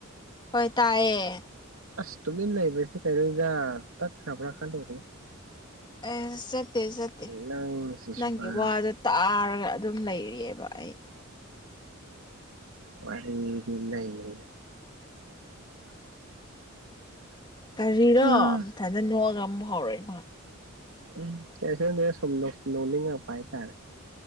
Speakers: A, on the left; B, on the right.
A: ꯍꯣꯏ ꯇꯥꯏꯌꯦ
B: ꯑꯁ ꯇꯨꯃꯤꯟ ꯂꯩꯕꯁꯤꯗ ꯀꯔꯤꯔ ꯇꯠꯈ꯭ꯔꯕ꯭ꯔꯥ ꯈꯜꯂꯨꯔꯦ
A: ꯑꯦꯁ ꯆꯠꯇꯦ ꯆꯠꯇꯦ
B: ꯅꯪꯁꯤꯁꯨꯕ
A: ꯅꯪꯒꯤ ꯋꯥꯗ ꯇꯥꯔꯒ ꯑꯗꯨꯝ ꯂꯩꯔꯦꯕ ꯑꯩ
B: ꯋꯥꯔꯤꯗꯤ ꯅꯩꯔꯦ
A: ꯀꯔꯤꯔꯣ
B: ꯎꯝ
A: ꯃꯊꯟꯗ ꯅꯣꯛꯑꯒ ꯑꯃꯨꯛ ꯍꯧꯎꯔꯛꯑꯦ ꯃꯥ
B: ꯎꯝ ꯀꯁꯅꯦꯅ ꯁꯨꯝ ꯅꯣꯛꯅꯤꯡꯉꯛꯄ ꯍꯥꯏꯇꯥꯔꯦ